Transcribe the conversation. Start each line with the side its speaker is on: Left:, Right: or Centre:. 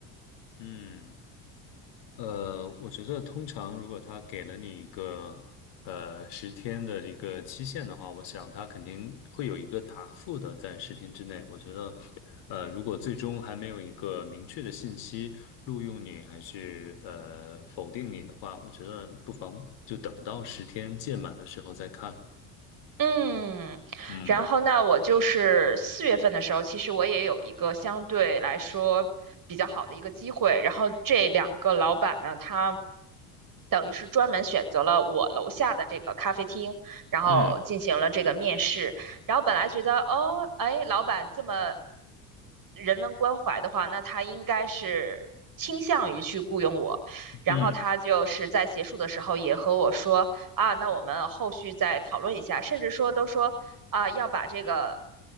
Left: 嗯，呃，我觉得通常如果他给了你一个呃十天的一个期限的话，我想他肯定会有一个答复的，在十天之内。我觉得，呃，如果最终还没有一个明确的信息录用你还是呃否定你的话，我觉得不妨就等到十天届满的时候再看。
Right: 嗯，
Left: 嗯
Right: 然后那我就是四月份的时候，其实我也有一个相对来说比较好的一个机会。然后这两个老板呢，他等于是专门选择了我楼下的这个咖啡厅，然后进行了这个面试。
Left: 嗯
Right: 然后本来觉得，哦，哎，老板这么人文关怀的话，那他应该是倾向于去雇佣我。然后他就是在结束的时候也和我说。
Left: 嗯，
Right: 啊，那我们后续再讨论一下，甚至说都说啊，要把这个